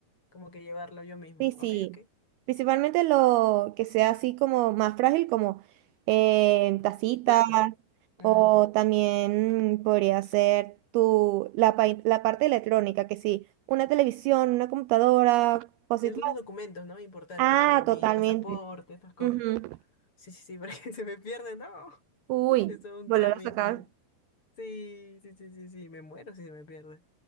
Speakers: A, on the left (about 30°); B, on the right (about 80°).
A: Como que llevarlo yo mismo.
B: Sí, sí.
A: Ok, ok.
B: Principalmente lo que sea así como más frágil, como eh, tacitas,
A: Platos. Mm.
B: o también mm, podría ser tu, la, pa- la parte electrónica, que sí, una televisión, una computadora, cositas.
A: Y algunos documentos,
B: así.
A: ¿no? Importantes,
B: Ah,
A: como mi
B: totalmente.
A: pasaporte, estas cosas.
B: Ujú.
A: Sí, sí, sí, <laughs> porque se me pierde, no. <laughs>
B: Uy,
A: Eso es todo un
B: volver
A: trámite.
B: a sacar.
A: Sí, sí, sí, sí, sí. Me muero si se me pierde.